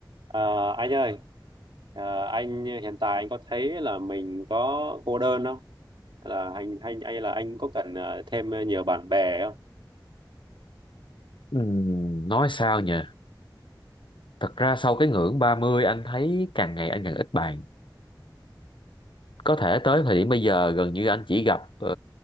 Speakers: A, on the right; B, on the left.
A: Ờ, anh ơi, ờ, anh hiện tại anh có thấy là mình có cô đơn không? Là anh anh hay là anh có cần ờ, thêm nhiều bạn bè không?
B: Ừm, nói sao nhỉ? Thật ra sau cái ngưỡng 30 anh thấy càng ngày anh càng ít bạn. Có thể tới thời điểm bây giờ gần như anh chỉ gặp ờ,